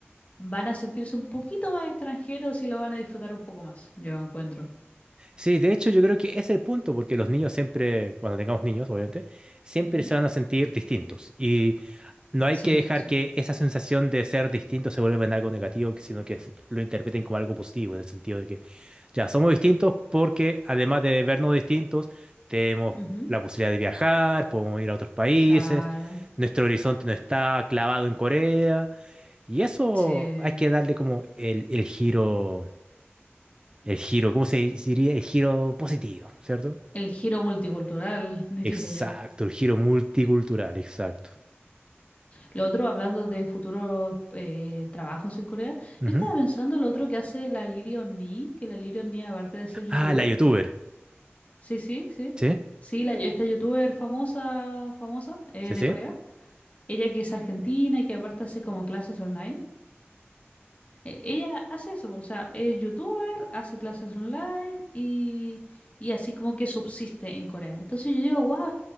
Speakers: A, on the left; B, on the right.
A: van a sentirse un poquito más extranjeros y lo van a disfrutar un poco más, yo encuentro.
B: Sí, de hecho yo creo que ese es el punto, porque los niños siempre, cuando tengamos niños, obviamente, siempre
A: Ujú.
B: se van a sentir distintos y no hay
A: Sí,
B: que dejar
A: sí.
B: que esa sensación de ser distinto se vuelva en algo negativo, sino que lo interpreten como algo positivo, en el sentido de que Ya, somos distintos porque además de vernos distintos, tenemos
A: Ujú.
B: la posibilidad de viajar, podemos ir a otros países,
A: Claro.
B: nuestro horizonte no está clavado en Corea, y eso
A: Sí.
B: hay que darle como el, el giro, el giro, ¿cómo se diría? El giro positivo, ¿cierto?
A: El giro multicultural, <laughs> diría
B: Exacto,
A: yo.
B: el giro multicultural, exacto.
A: Lo otro, hablando de futuros eh, trabajos en Corea,
B: Ujú.
A: yo estaba pensando lo otro que hace la Lirion Ni, que la Lirion Ni, aparte de ser youtuber,
B: Ah, la youtuber,
A: sí, sí, sí,
B: ¿sí?
A: sí, la, esta youtuber famosa, famosa eh,
B: ¿Sí,
A: de
B: sí?
A: Corea, ella que es argentina y que aparte hace como clases online, eh, ella hace eso, o sea, es youtuber, hace clases online y, y así como que subsiste en Corea. Entonces yo digo, wow,